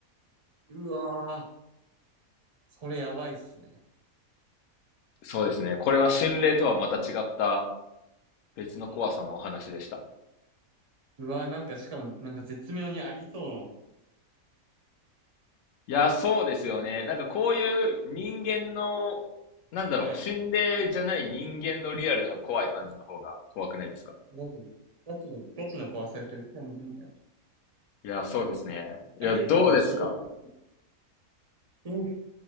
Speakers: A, on the right; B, on the left.
A: うわー。それやばいっすね。
B: そうですね。これは心霊とはまた違った別の怖さのお話でした。
A: はい。うわー、なんかしかも、なんか絶妙にありそう
B: いや、そうですよね。なんかこういう人間の、なんだろう、
A: な。はい。
B: 心霊じゃない人間のリアルな怖い感じの方が怖くないですか
A: なんか、ガチの、ガチの怖さです。しかもなんか、
B: いや、そうですね。いや、
A: ありえそうなシチュエー
B: どうですか
A: ション